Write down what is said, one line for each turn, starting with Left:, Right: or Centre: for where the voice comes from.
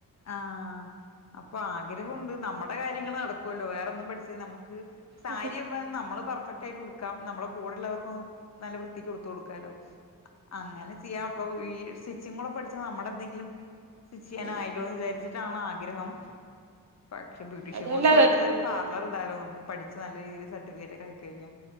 Left: ആഹ അപ്പൊ ആഗ്രഹൊണ്ട് നമ്മുടെ കാര്യങ്ങൾ നടക്കുല്ലോ വേറൊന്നും പഠി നമ്ക്ക് സാരി
Right: ഉം
Left: നമ്മള് പെർഫക് ആായിട്ട്ടുക്കാം ന കൂടെള്ളവർക്കൊ നല്ല വൃത്തിക്ക് ടുത്ത് കൊടുക്കാലോ അങ്ങനെ ചെയ്യ അപ്പ കൂടെ പഠിച്ച നമ്മടെ എന്തെങ്കിലും സ്റ്റിച്ചെയ്യാനായ്
Right: ഉം
Left: ച്ട്ടാണ് ആഗ്രഹം പക്ഷെ ബ്യൂട്ടീഷ്യൻ
Right: അതുവല്ല
Left: കോഴ്സ് പഠിച്ച ഒരു പാർലർ ഇടാലോ നമുക്ക് പഠിച്ച് നല്ല രീതിൽ സർട്ടിഫിക്കറ്റ് ഒക്കെ ആയിക്കഴിഞ്ഞ